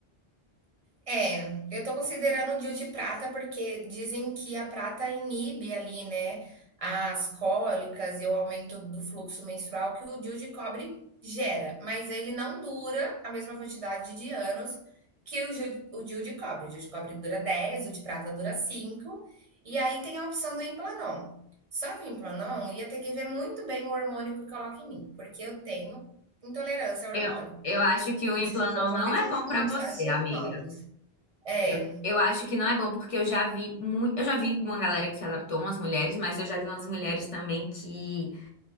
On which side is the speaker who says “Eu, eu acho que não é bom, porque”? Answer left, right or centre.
Left